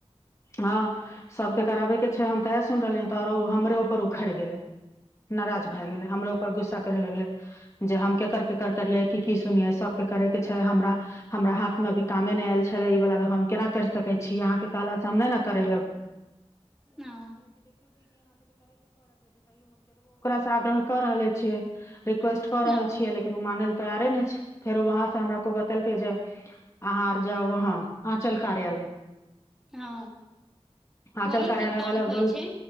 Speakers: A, on the left; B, in the centre.
A: हँ सभके कराबेके छै हम तएह सुन रहलियै तऽ आरो हमरे ऊपर उखड़ि गेलै नाराजज भए
B: ओ
A: गेलै हमरोऊपर गुस्सा। कर लगले जे हम केकर केकर करिय कि की सुनिये सबके करे के हमरा हमरा हाथ मे अभी कामे नहि आयल छै। हम केना कर छिन आहा के कहला से हम नहि ने कर
B: ओ
A: छिकय छै रिक्वेस्ट कर रहल
B: ओ
A: छीये लेकिन उ माने ले तैयारे ने छै फेर वहाँ से हमरा को बदल के जे अहाँ आर जाउ वहाँ आंचल कार्यालय
B: ओ
A: आचल
B: वही
A: कार्यालयवला
B: सब काम होइ
A: बोल
B: छै